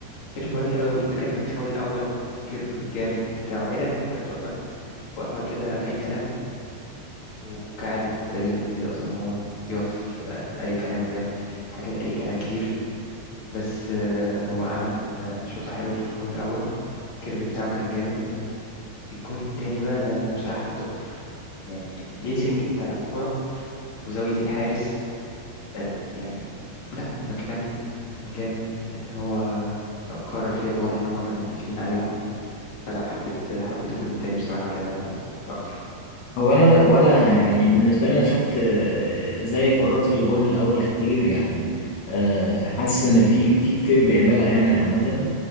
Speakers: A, on the left; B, on the left.
A: شكل الفاولات حلو قوي إذا كان الفاول الأول الكيرف الجامد بتاعه بعيدا عن الحتة كانت واقفة واقفة كده أي كلام وكعادة ريال مدريد أصلا هو بيقف آه، أي كلام وبيعمل حاجات أي كلام كتير بس آه، هو عمل آه، شوطة حلوة في الجون الأول الكيرف بتاعه كان جامد الجون التاني بقى ده اللي أنا بصراحة حبيته أكتر يعني البليسنج بتاع الكرة وزاوية الحارس آه، يعني لا المكان جامد إن هو آه، قرر فيها فواضح إن هما كانوا متفقين عليها فلا حبيت حبيت الجون التاني بصراحة جا أكتر
B: هو انا وانا يعني بالنسبة لي انا شفت آه، زي كرات الجون الاول كتير يعني آه، حاسس ان في في كتير بيعملها يعني عامة